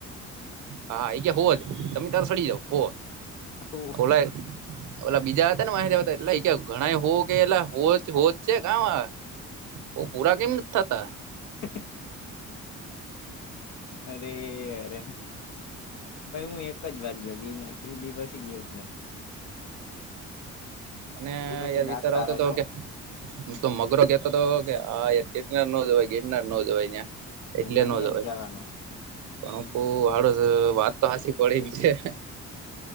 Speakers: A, on the right; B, on the left.
A: હા એ કે હોવ જ તમે તાર સડી જાવ હો
B: હોવ હ
A: ઓલા ઓલા બીજા હતા વાએવા હતા એટલે કે ઘણા હો કે એટલા હો હોજ છે કામાં પૂરા કેમ નથી થતા
B: હ અરેે અરે ભાઇ હું એક જ વાર ગયો ગીરનાર‌ ઈ દિ પછી ગયોજ નથી.
A: અને
B: એ પછી
A: યાર
B: દાતાર
A: વિચાર આવતો તો
B: જ હો
A: કે. હું તો મગરો કેતો હતો કે આય ગીરનાર નો જવાય ગીરનાર નો જવાય હિયા. એટલે
B: નહી
A: ન જવાય
B: જ જવાનું
A: બાપુ પણ હ હડ વાત તો સાચી. પ છે